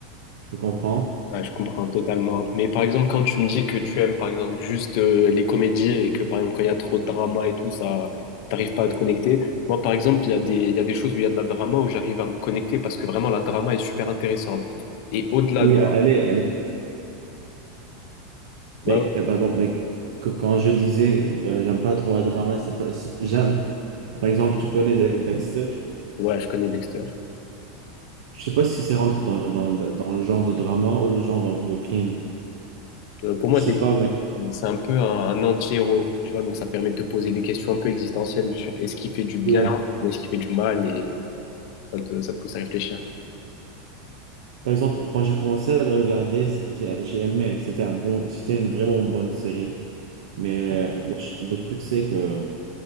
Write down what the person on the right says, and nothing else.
Tu peux comprendre?
Oui,
a- allez, allez.
Mais,
euh, pardon, mais que- quand je disais euh, j'aime pas trop un drama, c'est pas. c'est- J'aime. Par exemple, tu connais Da- Dexter.
Je sais pas si c'est rentre dans, dans, le dans le genre de drama ou le genre de, de crime.
Je
sais pas, mais
oui.
Par exemple, quand j'ai commencé à le regarder, c- j'ai j'ai aimé. C'était un bon, c'était une vraiment bonne série. Mais euh, le, ch- le truc, c'est que